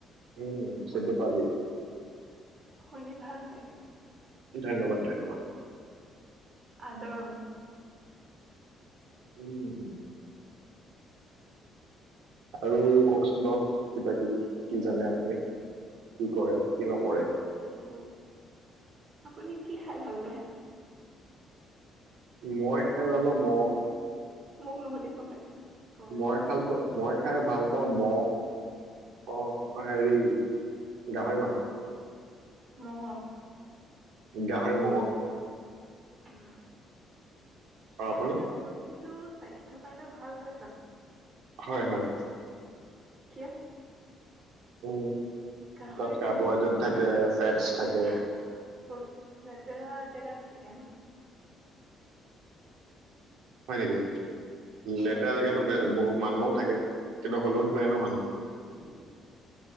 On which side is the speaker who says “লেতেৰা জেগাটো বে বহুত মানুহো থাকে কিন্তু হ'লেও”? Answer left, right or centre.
Right